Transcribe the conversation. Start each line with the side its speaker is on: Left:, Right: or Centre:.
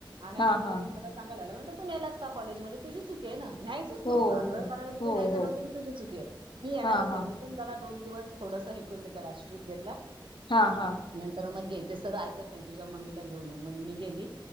Right: आणि
Left: हां
Right: हा घरी
Left: हां
Right: येऊन मला सांगायला लाला म्हट त नेलाच का कॉलेज मध्ये तुझी चुक आहे ना न्यायच नवत
Left: हो
Right: अकरा
Left: हो
Right: बारा
Left: हो
Right: तु् न्यायच नव्हतं
Left: हो
Right: तुझी चुक आहे मी येणारच
Left: हां
Right: नाही
Left: हां
Right: मीण ज दोन दिवस थोडस हे कर त्यालाट्रिक घेतला
Left: हां हां
Right: नंतर मग गे ते सर ऐकत नाही तुझ्या मम्मीला घेऊन ये मग मी गेली